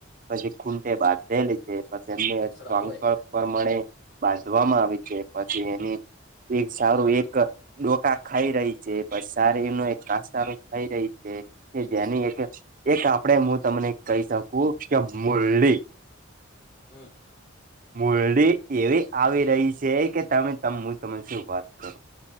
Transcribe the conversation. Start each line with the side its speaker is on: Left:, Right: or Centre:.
Right: પછી ખૂટે ભત થલી છે. પછી એમને
Left: મુસરત
Right: સંકલ્પ
Left: હોય
Right: પ્રમાણે બાંધવામાં આવી છે પછી એની એક સારું એક ડોકા ખાઈ રહી છે પણ શારી એર ન એક કસારું ખાઈ રહી છે. કે જેની એક એક આપડે હું તમને કહી શકું કે મુરલી
Left: હમ
Right: મુરડી એવી આવી રહી છે, કે તમે હું તમને શું વાત કરું